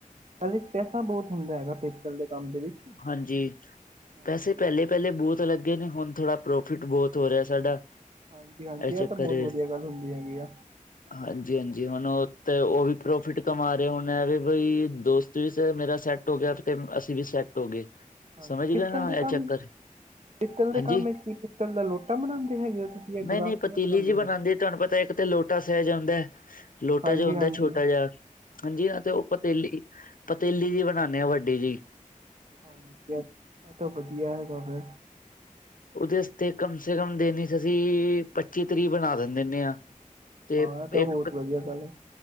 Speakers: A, on the right; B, on the left.
A: ਐਦੇ ਚ ਪੈਸਾ ਬੋਤ ਹੁੰਦਾ ਹੈਗਾ ਪਿਤਲ ਦੇ ਕੰਮ ਦੇ ਵਿੱਚ
B: ਹਾਂਜੀ,
A: ਹਾਂਜੀ
B: ਪੈਸੇ ਪੈਲੇ ਪੈਲੇ ਬੋਤ ਲੱਗੇ ਨੇ, ਹੁਣ ਥੋੜਾ ਪ੍ਰੋਫਿਟ ਬੋਤ ਹੋ ਰਿਹਾ ਸਾਡਾ।
A: ਹਾਂਜੀ -ਹਾਂਜੀ ਇਹ
B: ਚੱਕਰ
A: ਤਾਂ ਬੋਤ
B: ਏ
A: ਵਧੀਆ ਗੱਲ ਹੁੰਦੀ ਹੈਗੀ ਆ
B: ਹਾਂਜੀ -ਹਾਂਜੀ ਹੁਣ ਉਹ ਤੇ ਉਹ ਵੀ ਪ੍ਰੋਫਿਟ ਕਮਾ ਰਹੇ, ਹੁਣ ਵੀ ਬਈ ਦੋਸਤ ਵੀ ਮੇਰਾ ਸੈਟ ਸੈਟ ਹੋ ਗਿਆ ਤੇ ਅਸੀਂ ਵੀ ਸੈੱਟ ਹੋ ਗਏ,
A: ਹਾਂਜੀ
B: ਸਮਝ
A: ਪਿੱਤਲ
B: ਗਏ ਨਾ
A: ਦੇ
B: ਇਹ
A: ਕੰਮ
B: ਚੱਕਰ।
A: ਪਿੱਤਲ ਦੇ
B: ਹਾਂਜੀ
A: ਕੰਮ ਵਿੱਚ ਕੀ ਪਿੱਤਲ ਦਾ ਲੋਟਾ ਬਣਾਂਦੇ ਹੈਗੇ ਓ ਤੁਸੀਂ ਇਹ
B: ਨਹੀਂ
A: ਗਲਾਸੀਆਂ।
B: ਨਹੀਂ ਪਤੀਲੀ
A: ਬਣਾਉਂਦੇ
B: ਜੀ ਬਣਾਦੀ
A: ਹੋ
B: ਹੈ ਤੁਹਾਨੂੰ ਪਤਾ ਇੱਕ ਤੇ ਲੋ ਛੋਟਾ ਸੈਜ ਆਂਦਾ ਲੋਟਾ
A: ਹਾਂਜੀ
B: ਜਿਹਾ ਹੁੰਦਾ
A: ਹਾਂਜੀ
B: ਛੋਟਾ ਜਿਹਾ ਹਾਂਜੀ। ਨਾ ਤੇ ਉਹ ਪਤੀਲੀ ਪਤੀਲੀ ਜਿਹੀ ਬਣਾਂਦੇ ਆ ਵੱਡੀ ਜਿਹੀ।
A: ਹਾਂਜੀ, ਇਹ ਤਾਂ ਵਧੀਆ ਹੈਗਾ ਫੇਰ
B: ਉਹਦੇ ਵਾਸਤੇ ਕਮ ਸੇ ਕਮ ਦਿਨਵਿਚ ਅਸੀਂ ਪੱਚੀ ਤਰੀਹ ਬਣਾ ਦੇ ਦਿੰਨੇ ਆ। ਤੇ
A: ਹਾਂ ਇਹ ਤਾਂ ਬਹੁਤ
B: ਇੱਕ ਪ
A: ਵਧੀਆ ਗੱਲ ਹੈ